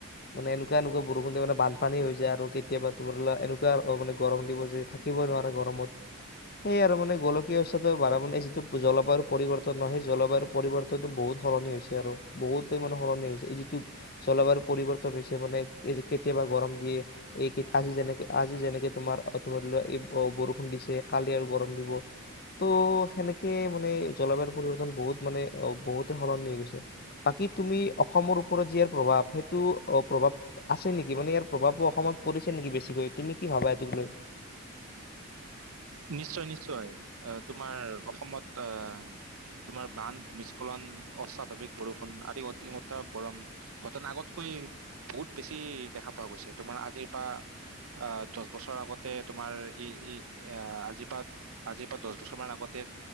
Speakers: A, on the left (about 45°); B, on the right (about 75°).
A: মানে এনেকুৱা- এনেকুৱা বৰষুণ দিয় মানে বানপানী হৈ যায়, আৰু কেতিয়াবা তোমাৰ এনেকুৱা মানে গৰম দিব যে, থাকিবই নোৱাৰে গৰমত সেই আৰু মানে গোলকীয় উষ্ণতা বাঢ়া মানে যিটো জলবায়ুৰ পৰিৱৰ্তন ন', সেই জলবায়ুৰ পৰিৱৰ্তনটো বহুত সলনি হৈছে, আৰু বহুতেই মানে সলনি হৈছে এই যিটো জলবায়ুৰ পৰিৱৰ্তন হৈছে মানে কেতিয়াবা গৰম দিয়ে, এই আজি যেনেকে, আজি যেনেকে তোমাৰ ধৰিলোৱা এই বৰষুণ দিছে কালি আৰু গৰম দিব ত', সেনেকে সেইটোৱে মানে জলবায়ুৰ প, একদম বহুত, মানে বহুতে সলনি হৈ গৈছে, বাকী তুমি অসমৰ ওপৰত যি ইয়াৰ প্ৰভাৱ সেইটো অ', প্ৰভাৱ আছে নেকি মানে ইয়াৰ প্ৰভাৱো অসমত পৰিছে নেকি বেছিকৈ তুমি, কি ভাবা এতোক লৈ?
B: নিশ্চয়- নিশ্চয় আহ', তোমাৰ অসমত আহ', তোমাৰ বান- ভূমিস্খলন, অস্বাভাৱিক- বৰষুণ, আদি অতিমাত্ৰা গৰম ঘটনা আগতকৈ বহুত বেছি দেখা পোৱা গৈছে, তোমাৰ আজিৰ পৰা আহ দচ -বছৰ আগতে তোমাৰ ই', এয়া, আজিৰ পৰা, আজিৰ পৰা, দচ বছৰমান আগতে